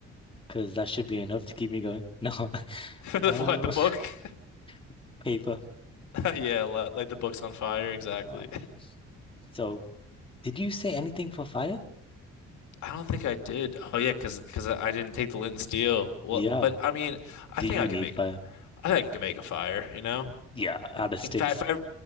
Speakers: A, on the left; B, on the left.
A: because that should be enough to keep me going. No. <laughs>
B: <laughs> for the
A: Um,
B: what the book. <laughs>
A: <laughs> paper.
B: Yeah, light, light the books on fire. Exactly.
A: Um, so did you say anything for fire?
B: I don't think I did. Oh yeah, because because I I didn't take the lint and steel. Well,
A: Yeah.
B: but I mean, I
A: Do
B: think
A: you
B: I can
A: need
B: make
A: fire?
B: I think I can make a fire. You know,
A: Yeah, out of sticks.
B: if I if I, if